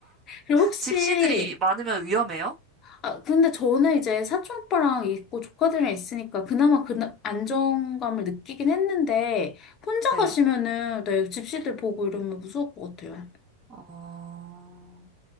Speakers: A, on the left; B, on the right.
A: 그리고 혹시
B: 집시들이 많으면 위험해요?
A: 아, 근데 저는 이제 사촌 오빠랑 있고 조카들이랑 있으니까 그나마 그 안정감을 느끼긴 했는데 혼자
B: 네.
A: 가시면은 네, 집시들 보고 이러면 무서울 것 같아요.
B: 어,